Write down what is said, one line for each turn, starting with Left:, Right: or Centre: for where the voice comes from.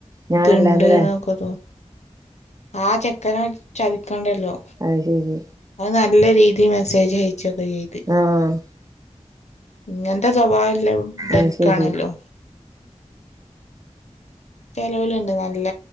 Right: ഞാനല്ലാന്ന്ല്ലേ
Left: ത്ണ്ട് ന്നൊക്കെ തോന്നി ആ ചെക്കന ചതിക്കണ്ടല്ലോ
Right: അഹ്‌ ശരി
Left: അഹ്‌ നല്ല രീതി മെസ്സേജ് അയച്ചൊക്കെ ചെയ്ത്
Right: ആഹ്
Left: ഇങ്ങൻത്തെ സ്വഭാവല്ല ബെൻക്കാണല്ലോ
Right: അത് ശരി
Left: ചെലോല്ണ്ട് നല്ല